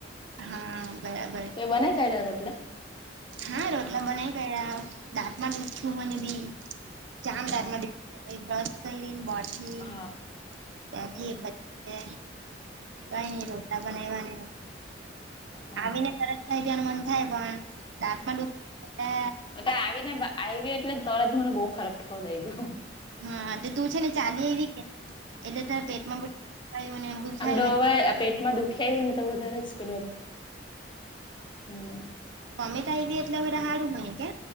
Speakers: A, on the right; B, on the left.
A: હા, બરાબર.
B: એ, બનાય કાયલા રોટલા.
A: હા, રોટલા બનાવી કાયરા, દાંત માં દુખ્યું મને બી. જામ
B: હા
A: રાાત માં બેઠું બ્રશ કરીો
B: હા
A: ત્યાંથી
B: બરોબર
A: પછી ને, કાઈ ની રોટલા બનાયવાને
B: હા
A: આવીને તરત જઈ દવાનું મન થાય પણ, દાંત માં દુખી ને
B: તાઆવીને આવી એટલે, તરત મને બહુ ખરાબ થવા લઈ ગય
A: હા, તું છે ને, ચાલી આવી કે, એટલે ત પેટમાં બધું જળકાયું ને થાય.
B: આમ પેટમાં દુખી આવ હોય ને, તો વધારે જ પેલું હમ
A: મમ્મે તો આયવી એટલે તો, હવે હારુ પડયુ કે.